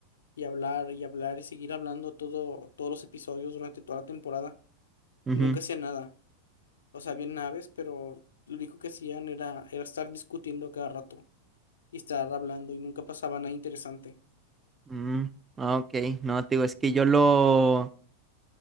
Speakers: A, on the left; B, on the right.
A: y hablar y hablar y seguir hablando todo, todos los episodios durante toda la temporada
B: Ujú,
A: y nunca hacían nada. O sea, había naves, pero lo único que hacían era, era estar discutiendo cada rato y estar hablando y nunca pasaba nada interesante.
B: mm, ah, ok, no, te digo, es que yo lo...